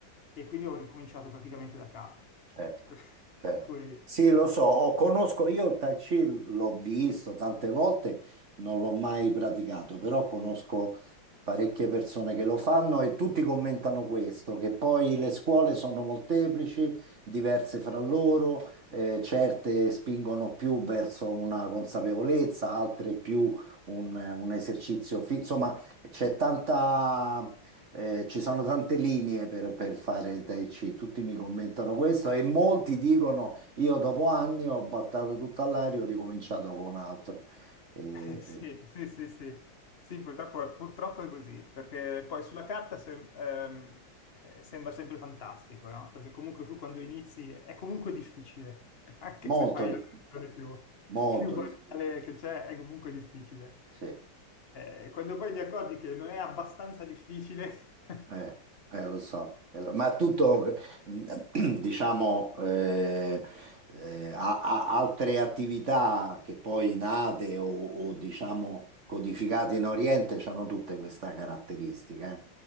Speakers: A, on the left; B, on the right.
A: e quindi ho ricominciato praticamente da capo.
B: Certo,
A: <laughs> Per
B: certo.
A: cui
B: Sì, lo so, ho- conosco, io il Tai Chi l'ho visto tante volte, non l'ho mai praticato, però conosco parecchie persone che lo fanno e tutti commentano questo, che poi le scuole sono molteplici, diverse fra loro, eh, certe spingono più verso una consapevolezza, altre più un, un esercizio, fi- insomma, c'è tanta eh, ci sono tante linee per, per fare il Tai Chi, tutti mi commentano questo e molti dicono io dopo anni ho battato tutta all'aria, ho ricominciato con altro. Eh,
A: <laughs> Eh, Sì,
B: eh,
A: sì, sì, sì, Sì, purtroppo, purtroppo è così, perché poi sulla carta sem- ehm, eh, sembra sempre fantastico, no? Perché comunque tu quando inizi è comunque difficile, <laughs> anche
B: molto
A: se fai
B: difficile,
A: la versione più,
B: molto
A: più banale
B: difficile,
A: che c'è, è comunque difficile.
B: sì.
A: Eh, quando poi ti accorgi che non è abbastanza difficile, <laughs>
B: Eh, eh, lo so, Eh, lo- ma tutto, mm, <clears throat> diciamo, eh, eh, a- a- altre attività che poi nate o, o, diciamo codificate in Oriente hanno tutte questa caratteristica, eh.